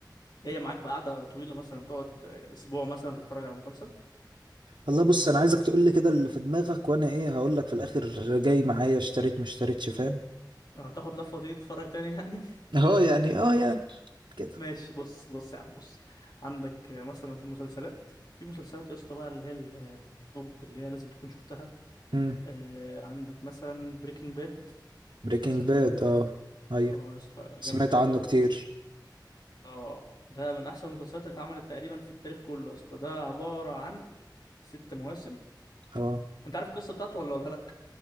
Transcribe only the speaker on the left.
جايه معاك بقعده طويله مثلا تقعد آه، اسبوع مثلا تتفرج على مسلسل
هتاخد لفه وتيجي تتفرج تاني يعني
<laughs>
ماشي بص بص يا عم بص عندك آه، مثلا في المسلسلات في مسلسلات يا اسطى بقى اللي هي ال- آه، التوب اللي هي لازم تكون شفتها
آه، عندك مثلا بريكنج باد
مسلسل
جامد
اه يا اسطى
جامد قوي
قوي
قوي اه ده من احسن المسلسلات اللي اتعملت تقريبا في التاريخ كله يا اسطى ده عبارة عن ست مواسم
انت عارف القصة بتاعته ولا اقولها لك